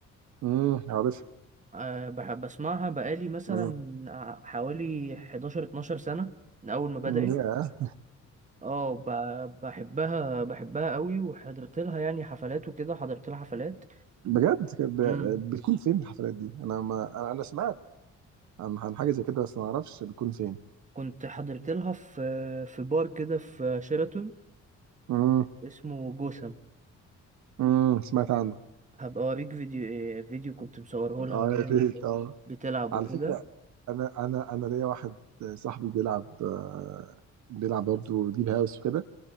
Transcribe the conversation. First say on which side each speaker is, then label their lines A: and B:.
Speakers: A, on the right (about 70°); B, on the right (about 25°).
A: مم. عارف
B: آه بحب اسمعها بقالي مثلا
A: مم.
B: آه، حوالي 11 12 سنة من اول ما بدأت
A: مم. يا
B: اه ب- بحبها بحبها قوي وحضرت لها يعني حفلات وكده حضرت لها حفلات
A: بجد كانت
B: مم.
A: ب- بتكون فين الحفلات دي انا ما انا أنا سمعت عن عن حاجه زي كده بس ما اعرفش بتكون فين
B: كنت حضرت لها في في بار كده في شيراتون
A: امم
B: اسمه جوثام
A: امم سمعت عنه
B: هبقى اوريك فيديو فيديو كنت مصوره لها
A: اه
B: وهي
A: يا ريت اه
B: بتلعب
A: على
B: وكده
A: فكره انا انا انا ليا واحد صاحبي بيلعب آه، بيلعب برضه ديب هاوس وكده